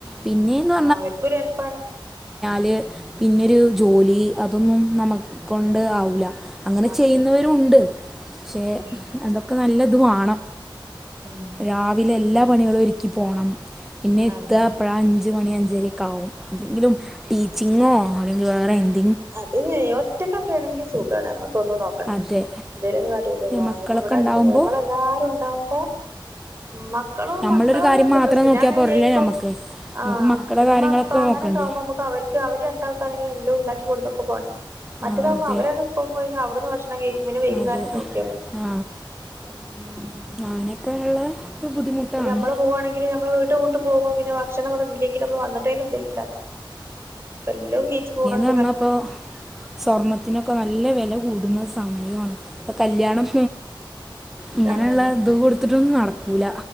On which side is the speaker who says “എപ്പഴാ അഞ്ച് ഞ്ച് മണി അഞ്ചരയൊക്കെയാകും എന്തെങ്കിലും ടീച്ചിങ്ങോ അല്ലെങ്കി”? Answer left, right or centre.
Centre